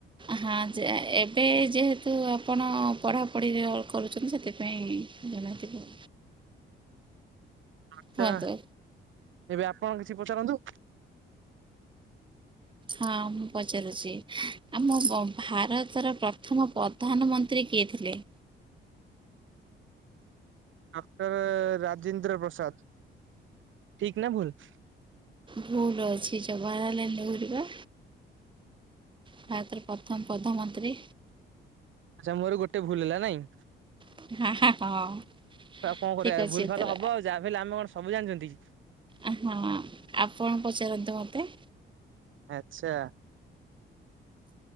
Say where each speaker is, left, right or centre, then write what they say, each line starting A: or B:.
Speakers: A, on the right; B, on the right.
A: ହଁ ଯେ ଏବେ ଯେହେତୁ ଆପଣ ପଢାପଢିରେ କରୁଛନ୍ତି। ସେଥିପାଇଁ ଜନାତିକ।
B: ଆଛା।
A: କୁହନ୍ତୁ
B: ଏବେ ଆପଣ କିଛି ପଚାରନ୍ତୁ?
A: ହଁ ମୁଁ ପଚାରୁଚି। ଆମ ଭାରତର ପ୍ରଥମ ପ୍ରଧାନମନ୍ତ୍ରୀ କିଏ ଥିଲେ?
B: ଡକ୍ଟର ରାଜେନ୍ଦ୍ର ପ୍ରସାଦ। ଠିକ୍ ନା ଭୁଲ?
A: ଭୁଲ ଅଛି। ଜବାହାର ଲାଲ୍ ନେହେରୁ ପା। ଭାରତର ପ୍ରଥମ ପ୍ରଧାନମନ୍ତ୍ରୀ।
B: ଆଚ୍ଛା ମୋର ଗୋଟେ ଭୁଲ ହେଲା ନାଇଁ।
A: ହଁ।
B: ଆଉ କଣ କରିବା
A: ଠିକ୍ ଅଛି
B: ଭୁଲ
A: ଏଥର।
B: ଭାଲ ହବ ଆଉ। ଯାହା ହେଲେ ଆମେ କଣ ସବୁ ଜାଣିଛନ୍ତି।
A: ଆ ହଁ ଆପଣ ପଚାରନ୍ତୁ ମୋତେ।
B: ଆଚ୍ଛା।